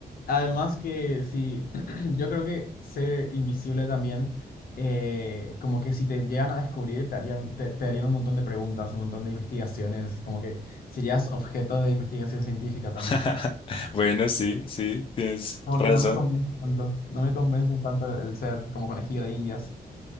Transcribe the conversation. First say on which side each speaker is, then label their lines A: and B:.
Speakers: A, on the left; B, on the left.
A: Además que sí, <clears throat> yo creo que ser invisible también, eh, como que si te llegan a descubrir, te harían, te, te harían un montón de preguntas, un montón de investigaciones, como que serías objeto de investigación científica también.
B: <laughs> Bueno, sí, sí, tienes
A: Como
B: razón.
A: que no me convence tanto, no me convence tanto el ser como conejillo de Indias.